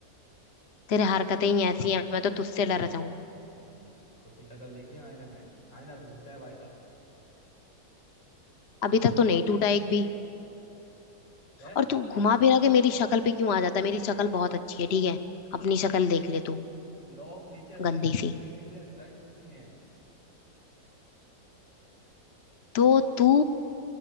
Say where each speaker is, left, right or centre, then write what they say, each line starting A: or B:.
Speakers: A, on the left; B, on the left.
A: तेरे हरकतें ही ऐसी हैं मैं तो तुझसे डर जाऊं
B: हम्म खुद की शक्ल देखी है आईने में आईना टूट जाए भाई साहब
A: अभी तक तो नहीं टूटा एक भी
B: क्या
A: और तू घुमा फिरा के मेरी शक्ल पे क्यों आ जाता है मेरी शक्ल बहुत अच्छी है ठीक है अपनी
B: भाई
A: शक्ल देख ले तू
B: लॉ ऑफ नेचर है
A: गंदी सी
B: बुरी चीजें अट्रैक्ट होती हैं
A: तो तू